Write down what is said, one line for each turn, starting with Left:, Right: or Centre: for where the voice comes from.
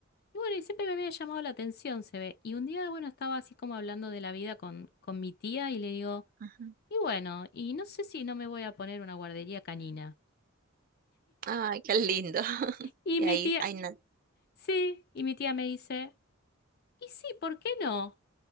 Left: Y bueno, y siempre me había llamado la atención, se ve. Y un día, bueno, estaba así como hablando de la vida con, con mi tía y le digo...
Right: ujú.
Left: Y bueno, y no sé si no me voy a poner una guardería canina.
Right: Ay, qué lindo. <laughs>
Left: Y
Right: Y
Left: mi
Right: ahí,
Left: tía,
Right: ahí na-
Left: sí, y mi tía me dice, y sí, ¿por qué no?